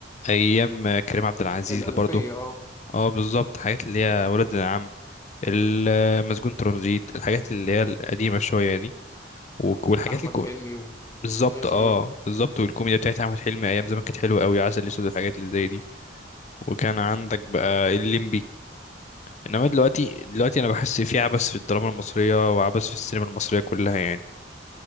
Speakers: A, on the left (about 40°); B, on the left (about 15°).
A: ايام آه، كريم عبد العزيز
B: الألفية
A: اللي برضه
B: اه
A: اه بالظبط حاجات اللي هي ولاد العم المسجون ترانزيت الحاجات اللي هي القديمة شوية دي و- والحاجات
B: احمد
A: الكو...
B: حلمي و...
A: بالظبط
B: والناس
A: اه
B: دي بقى
A: بالظبط والكوميديا بتاعت احمد حلمي ايام زمان كانت حلوه قوي عسل اسود الحاجات اللي زي دي وكان عندك بقى الليمبي انما دلوقتي دلوقتي انا بحس في عبث في الدراما المصريه وعبث في السينما المصريه كلها يعني